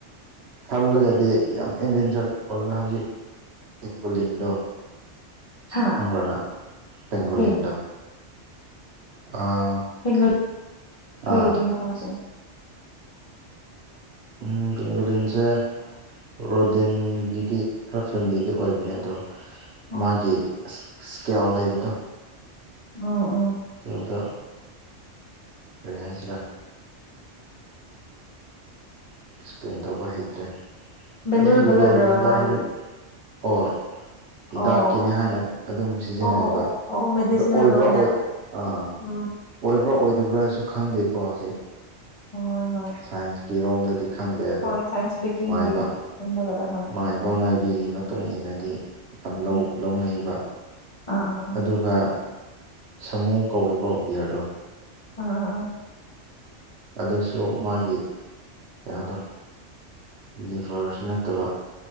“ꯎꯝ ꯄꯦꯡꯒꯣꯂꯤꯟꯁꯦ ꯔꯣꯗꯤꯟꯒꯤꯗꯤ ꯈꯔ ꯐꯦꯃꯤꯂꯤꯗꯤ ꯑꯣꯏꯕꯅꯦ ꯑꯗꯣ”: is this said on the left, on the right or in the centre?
Right